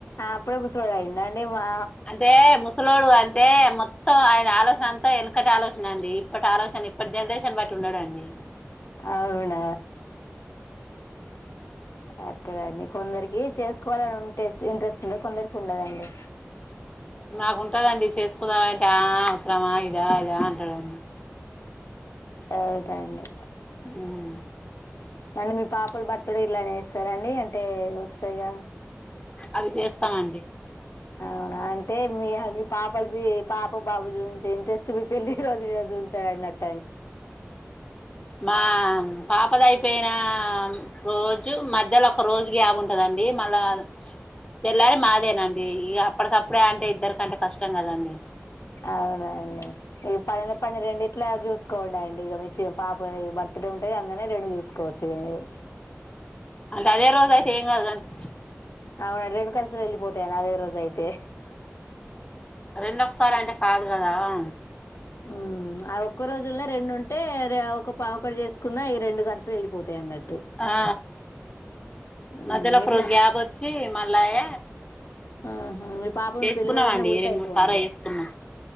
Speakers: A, on the left; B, on the left.
A: అప్పుడే ముసలోడు అయిండండి మా
B: అంటే ముసలోడు అంటే మొత్తం ఆయన ఆలోచన అంతా ఎనకటి ఆలోచన అండి ఇప్పటి ఆలోచన ఇప్పటి జనరేషన్ బట్టి ఉండాడ అండి
A: అవునా అట్టగాదండి కొందరికి చేసుకోవాలని ఉంటే ఇంట్రెస్ట్ ఉంటే కొందరికి ఉండదండి
B: నాకుంటదండి చేసుకుందామంటే ఆ అవసరమా ఇదా అదా అంటడండి
A: అవుద అండి
B: <unintelligible>
A: మళ్ళీ మీ పాపలు బర్త్ డే ఇలానే చేస్తారండి ఎయి వస్తయిగా
B: అవి చేస్తామండి
A: అవునా అంటే మీ మీ పాపలు మీ పాప బాబు చూయించే ఇంట్రెస్ట్ మీ పెళ్లి రోజు మీద చూయించడన్నట్టు
B: మా పాప దైపోయి ఆ రోజు మధ్యలో ఒక రోజు గ్యాప్ ఉంటదండి మళ్ళా తెల్లారి మాదేనండి ఇగ అప్పటికప్పుడే అంటే ఇద్దరికంటే కష్టం గదండి
A: అవునండి ఈ పనిలో పని రెండిట్లా చూసు కోండండి ఇగ మీ పాపది బర్త్ డే ఉంటే అందునే రెండు చూసుకోవచ్చు ఇక మీరు
B: అంటే అదే రోజు అయితే ఏం కాదండి
A: అవునండి రెండు ఖర్చులు యెళ్ళి పోతాయి అదే రోజు అయితే
B: రెండు ఒకసారి అంటే కాదు గదా రా
A: ఉ ఆ ఒక్క రోజునే రెండుంటే ఒక పావకొడు చేసుకున్న ఈ రెండు కార్స్ లు వెళ్ళిపోతాయి అన్నట్టు
B: ఆ
A: హ్మ్.
B: మధ్యలో ఒక
A: ఇట్లా
B: రోజు గ్యాప్ వచ్చి మళ్ళాయ
A: ఆ మీ పాప
B: చేసుకున్నామండి
A: మీ పెళ్లి రోజునే పుడితే
B: రెండు
A: అయిపోవండి
B: మూడు సార్లు చేసుకున్నాం